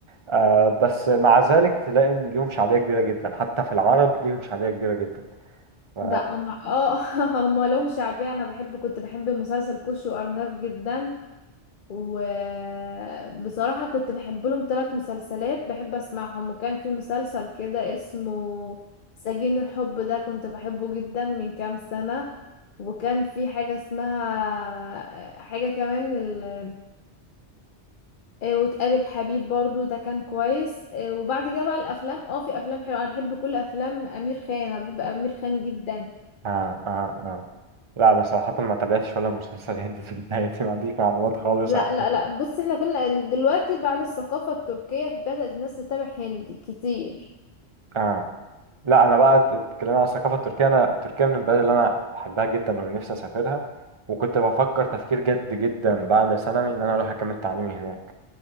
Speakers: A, on the right; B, on the left.
A: آه بس مع ذلك تلاقي ان ليهم شعبية كبيرة جدا حتى في العرب ليهم شعبية كبيرة جدا ف... آه
B: ده أما اه <laughs> هما لهم شعبيه انا بحب كنت بحب مسلسل كوش وارناف جدا وبصراحة كنت بحب لهم ثلاث مسلسلات بحب أسمعهم وكان في مسلسل كده اسمه سجين الحب ده كنت بحبه جدا من كام سنة وكان في حاجة اسمها حاجة كمان ال... آه، وتقابل حبيب برضو ده كان كويس آه، وبعد كده بقى الأفلام اه في أفلام حلوة أنا بحب كل أفلام أمير خان أنا بحب أمير خان جدا
A: آه آه لا انا صراحة ما تابعتش ولا مسلسل هندي في حياتي ما عنديش معلومات خالص
B: لا
A: عنه
B: لا لا بص احنا كنا دلوقتي بعد الثقافة التركية بدأت الناس تتابع هندي كتير
A: آه لا انا بقى انت بتتكلمي عن الثقافه التركيه انا تركيا من البلاد اللي انا بحبها جدا ونفسي اسافرها وكنت بفكر تفكير جد جدا بعد ثانوي ان انا اروح اكمل تعليمي هناك